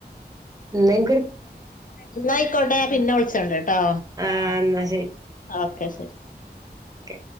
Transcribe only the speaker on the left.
ഇന്നായിക്കോട്ടെ പിന്നെ വിളിച്ചണ്ട് ട്ടോ
ഓക്കെ ശരി